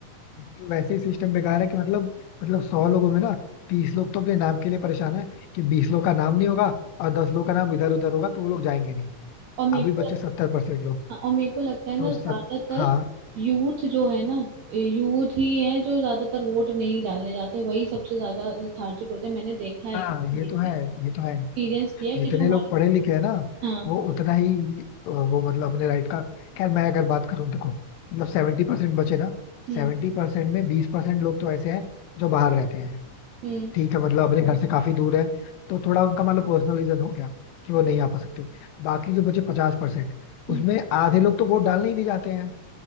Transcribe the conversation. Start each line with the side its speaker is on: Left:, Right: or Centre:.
Left: एक तो वैसे ही सिस्टम बेकार है कि मतलब मतलब सौ लोगों में ना तीस लोग तो अपने नाम के लिए परेशान है कि बीस लोग का नाम नहीं होगा और दस लोग का नाम इधर उधर होगा तो वो लोग जाएंगे नहीं
Right: और मेरे
Left: अभी
Right: को
Left: बच्चे सत्तर परसेंट लोग
Right: हाँ, और मेरे को लगता है
Left: तो
Right: ना ज्यादातर
Left: सत हाँ
Right: यूथ जो है ना यूथ ही है जो ज्यादातर वोट नहीं डालने जाते वही सबसे ज्यादा लेथार्जिक होते हैं मैंने देखा है
Left: हाँ
Right: एक्सपीरियंस
Left: ये तो है ये तो है
Right: किया है
Left: जितने
Right: कि जो हमारे
Left: लोग पढ़े लिखे हैं ना
Right: हाँ
Left: वो उतना ही अ, वो मतलब अपने राइट का खैर मैं अगर बात करूँ देखो मतलब सेवेंटी परसेंट बचे ना
Right: हम्म
Left: सेवेंटी परसेंट में बीस परसेंट लोग तो ऐसे हैं जो बाहर रहते हैं
Right: हम्म
Left: ठीक है मतलब अपने घर से काफी दूर है तो थोड़ा उनका मतलब पर्सनल रीजन हो गया कि वो नहीं आ पा सकते बाकी जो बचे पचास परसेंट उसमें
Right: हम्म
Left: आधे लोग तो वोट डालने ही नहीं जाते हैं